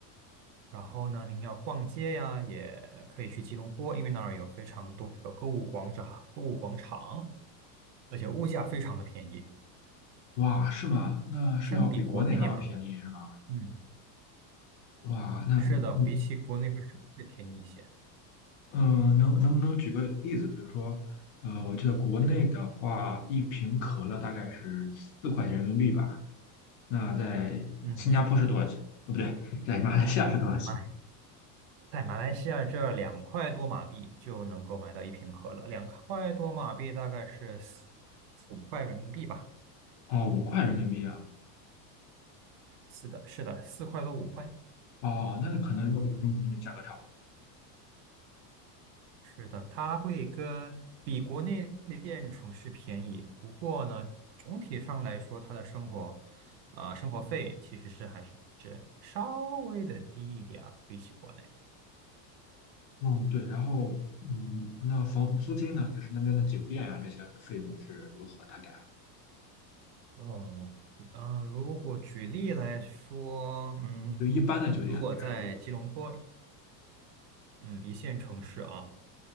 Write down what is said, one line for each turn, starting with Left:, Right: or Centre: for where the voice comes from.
Right: 然后呢，您要逛街呀，也可以去吉隆坡，因为那儿有非常多的购物广场，购物广场，而且物价非常的便宜，
Left: 哇，是吗？那是要比国内还要便宜是吗？
Right: 相比国内吧，嗯，
Left: 哇，那嗯
Right: 是的，比起国内会稍微便宜一些。
Left: 嗯，能能不能举个例子？比如说，呃，我记得国内的话，一瓶可乐大概是四块钱人民币吧，那在新加坡是多少钱？
Right: 嗯，是，
Left: 哦，不对，在马来西亚是多少钱？
Right: 马在马来西亚这儿两块多马币就能够买到一瓶可乐，两块多马币大概是四五块人民币吧。
Left: 哦，五块人民币啊。
Right: 是的，是的，四块多五块，
Left: 哦，那可能要比跟国内价格差不多。
Right: 是的，它会跟比国内一线城市便宜。不过呢，总体上来说，它的生活，啊、生活费其实是还是稍微的低一点儿，比起国内。
Left: 嗯，对，然后嗯，那房租金呢，就是那边的酒店呀、这些的费用是如何？大概
Right: 哦，嗯、呃如果举例来说，嗯，
Left: 就一般的酒店啊，
Right: 如果在吉隆坡，
Left: 就是比
Right: 嗯，一线城市啊，